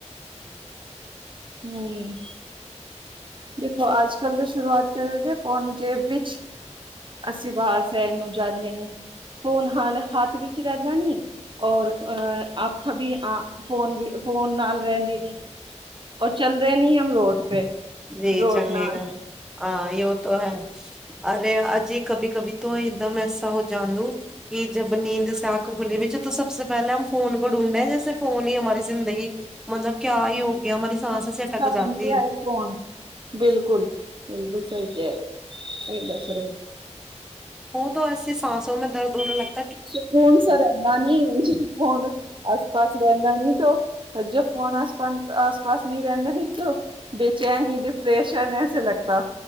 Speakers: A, on the right; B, in the centre.
A: ਹੰ, ਦੇਖੋ ਅੱਜ ਕੱਲ ਤਾਂ ਸ਼ੁਰੂਆਤ ਕਰ ਦੇ ਫੋਨ ਜੇਬ ਵਿੱਚ ਅਸੀਂ ਬਾਹਰ <unintelligible> ਨੂੰ ਜਾਂਦੇ ਨੀ। ਫੋਨ ਹਾਂ ਹੱਥ ਵਿੱਚ ਹੀ ਰੇਂਦਾ ਨੀ। ਔਰ ਅ ਅਖ ਵੀ ਆ ਫੋਨ ਵੀ ਫੋਨ ਨਾਲ ਰੇਂਦੀ ਨੀ ਔਰ ਚੱਲ ਰਹੇ ਨੀ ਹਮ ਰੋਡ ਪੇ
B: ਜੀ
A: ਰੋਡ
B: ਚੰਗੀ
A: ਨਾਲ
B: ਗੱਲ ਹਾਂ ਯੋ ਤੋ ਹੈ, ਅਰੇ ਅਜੇ ਕਭੀ-ਕਭੀ ਤੋਂ ਇੱਕਦਮ ਐਸਾ ਹੋ ਜਾਂਦੂੰ ਕਿ ਜਬ ਨੀਂਦ ਸ ਆਖ ਖੁਲੀ ਵਿੱਚ ਸਭ ਸੇ ਪੇਹਲੇ ਹਮ ਫੋਨ ਕੋ ਡੂੰਡੇ ਜੈਸੇ ਫੋਨ ਹੀ ਹਮਾਰੀ ਜ਼ਿੰਦਗੀ ਮਤਲਬ ਕਿਆ ਈ ਹੋ ਗਿਆ ਮਰੀਾ ਸਾਂਸ ਸੀ ਅਟੱਕ
A: ਬਣ
B: ਜਾਤੀ
A: ਗਿਆ ਹੈ ਫੋਨ ਬਿਲਕੁਲ-ਬਿਲਕੁਲ ਸਹੀ ਕਹ ਰਏ ਹੋ, ਸਹੀ ਦੱਸ ਰਏ ਹੋ।
B: ਤੋ ਐਸੀੇ ਸਾਂਸੋ ਮੇਂ ਦਰਦ ਹੋਨੇ ਲਗ
A: ਸਕੂਨ ਸਾ ਰਹਿੰਦਾ ਨੀ, ਫੋਨ ਆਸ ਪਾਸ ਰਹਿੰਦਾ ਨੀ ਤੋ ਜੋ ਫੋਨ ਆਸ-ਪਾਸ, ਆਸ ਪਾਸ ਨਹੀਂ ਰਹਿੰਦਾ ਨੀ ਤੋ ਬੇਚੈਨੀ ਡਿਪ੍ਰੈਸ਼ਨ ਐਸੇ ਲਗਤਾ।